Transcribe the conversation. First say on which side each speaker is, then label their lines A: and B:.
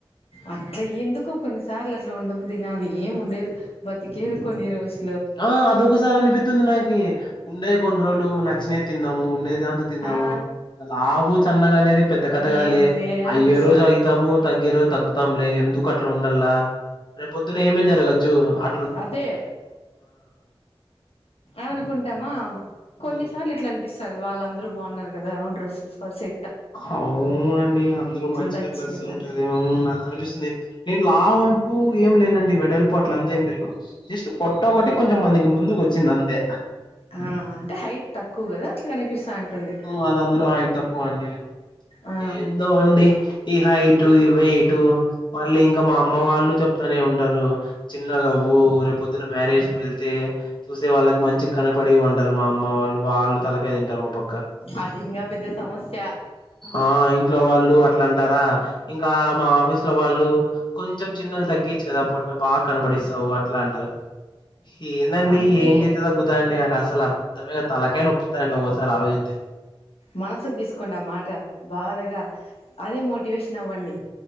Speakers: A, on the left (about 80°); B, on the left (about 55°).
A: అట్లా ఎందుకో కొన్నిసార్లు అట్లా ఉండ బుద్ధి కాదు ఏం ఉండేదు బతికేది కొన్ని రోజు.
B: ఆ అదొకసారి అనిపితుంది నాకి ఉండే కొన్ని రోలు నచ్చినేది తిన్నాము ఉండేది అంద్. తిన్నాము
A: ఆ
B: లావు సన్నగా అనేది పెద్ద కథగాదులే
A: ఏంలే
B: అయ్యేరోజు
A: అనిపిస్తది
B: అయితాము. తగ్గేరోజు తగ్గుతాంలే ఎందుకు అట్లా ఉండల్లా రేపు పొద్దున్న ఏమేం జరగచ్చు అ.
A: అదే అనుకుంటామా. కొన్నిసార్లు
B: హ్మ్.
A: ఇట్లా అనిపిసాది వాళ్ళందరూ బాగున్నారు కదా డ్రస్ పర్సె.
B: అవునండి అందరూ మంచిగా
A: ఉండొచ్చు
B: డ్రెస్
A: కదా
B: ఉంటది
A: అని
B: ఉమ్ నా. కనిపిస్తుంది నేన్ లావు అంటూ ఏం లేనండి వెడల్పు అట్ల అంతా ఏం లేను. జస్ట్ పోట్ట ఒకటి కొంచెం మందికి ముందుకు వచ్చింది అంతే.
A: ఆ ఆ అంటే హైట్ తక్కువ కదా అట్లా కనిపిస్తా. ఉంటుంది
B: ఆ అందులో హైట్ తక్కువ అండి
A: ఆ
B: ఎందో అండి. ఈ హైటు ఈ వెయిటు మళ్ళీ ఇంకా మా అమ్మ వాళ్ళు చెప్తానే ఉంటారు. చిన్నగావ్వు రే పొద్దున్న మ్యారేజ్ కి వెళ్. తే చూసే వాళ్ళ మంచి కనపడి ఉంటారు మా అమ్మ వాళ్ళు వాళ్ళు తలకాయ తింటారు ఓ పక్క.
A: అది ఇంగా పెద్ద సమస్య.
B: ఆ ఇంట్లో వాళ్ళు అట్లా అంటారా ఇంకా మా ఆఫీస్ లో వాళ్ళు. కొంచెం చిన్నగా తగ్గించ్చు కదా పొట్ట బాగా కనబడిస్తావు అట్లా అంటా. ఏందండి
A: అందుకే
B: ఏం చెతే తగ్గుతాండి నాకు అసల. తమ తలకాయ్ నొప్పితిండి ఓగోసారి ఆలోజితే.
A: మనసుకు తీసుకోండి ఆ మాట బాధగా. అదే మోటివేషన్ అవ్వండి.